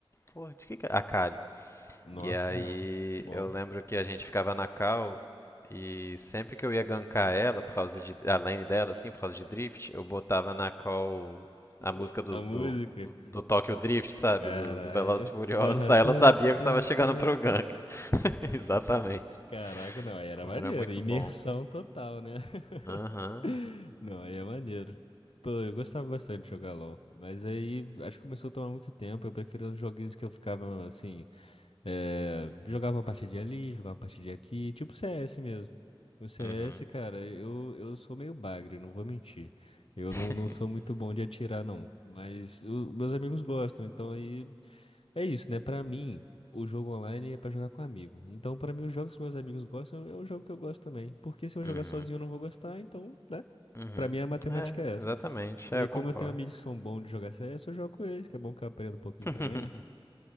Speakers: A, on the left (about 30°); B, on the left (about 75°).
A: Porra, de que que é? Akali.
B: Nossa
A: E aí
B: senhora, bom.
A: eu lembro
B: <laughs>
A: que a gente ficava na cal e sempre que eu ia gankar ela, por causa de. A lane dela, assim, por causa de drift, eu botava na cal a
B: O-
A: música do,
B: A música,
A: do, do Tokyo Drift, sabe?
B: caralho.
A: Do, do Velozes e Furiosos.
B: Aham,
A: Aí
B: tan,
A: ela sabia
B: tan,
A: que eu tava chegando
B: tan.
A: pro gank. <laughs> Exatamente.
B: Caraca, não, aí era
A: Porra,
B: maneiro.
A: era muito
B: Imersão
A: bom.
B: total, né?
A: Aham.
B: <laughs> Não, aí é maneiro. Pô, eu gostava bastante de jogar LOL. Mas aí acho que começou a tomar muito tempo. Eu preferia os joguinhos que eu ficava assim. eh, jogava uma partidinha ali, jogava uma partidinha aqui. Tipo CS mesmo. O CS,
A: Uhum.
B: cara, eu, eu sou meio bagre, não vou mentir. Eu
A: <laughs>
B: não, não sou muito bom de atirar, não. Mas o- meus amigos gostam, então aí. É isso, né? Pra mim, o jogo online é pra jogar com amigo. Então, pra mim, os jogos que meus amigos gostam é um jogo que eu gosto também. Porque se eu jogar
A: Uhum.
B: sozinho, eu não vou gostar, então, né?
A: Uhum.
B: Pra mim, a matemática
A: É,
B: é essa.
A: exatamente.
B: E
A: É,
B: aí,
A: eu concordo.
B: como eu tenho amigos que são bons de jogar CS, eu jogo com eles, que é bom que eu aprendo um pouquinho
A: <laughs>
B: também, né?